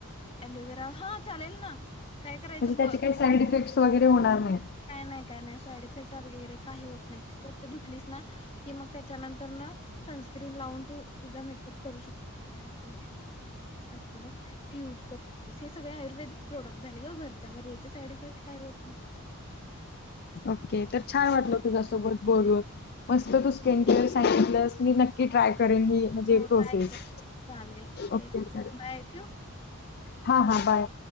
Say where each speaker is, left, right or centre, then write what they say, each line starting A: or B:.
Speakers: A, on the left; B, on the left.
A: अलोवेरा हा चालेल ना. काय करायचं
B: म्हणजे त्याचे
A: मग
B: काही साईड इफेक्ट्स वगैरे होणार नाही.
A: काय नाही, काय नाही साईड इफेक्ट वगैरे काही होत नाही स्वच्छ धुतलीस ना कि मग त्याच्यानंतर न सनस्क्रीन लावून तू तुझा मे करु शकते प्रोडक्ट्स ती युज करू हे सगळे आयुर्वेदिक प्रोडक्ट झाले ग घरच्या तर याचे साईड इफेक्ट काय होत नसतात.
B: ओके तर छान वाटल तुझ्या सोबत बोलून. मस्त तू स्किन केअर सांगितलंस मी नक्की ट्राय करेन मी. म्हणजे
A: हो ट्राय
B: प्रोसेस
A: कर चालेल
B: ओके चालेल
A: बाय ठेवू?
B: हा, हा, बाय.